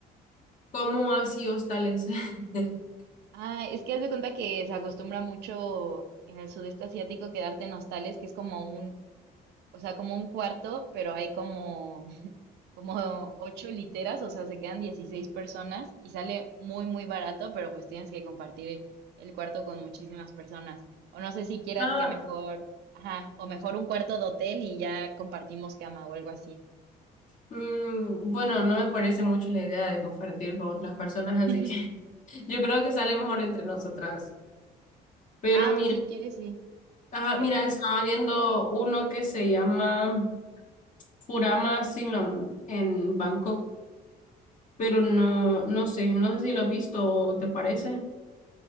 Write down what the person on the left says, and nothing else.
¿Cómo así hostales? <laughs>
Ah,
mm, bueno, no me parece mucho la idea de compartir con otras personas, así
que <laughs> yo creo que sale mejor entre nosotras. Pero
mira,
Ajá,
mira, estaba viendo uno que se llama Furama Signum en Bangkok, pero no, no sé, no sé si lo has visto o te parece.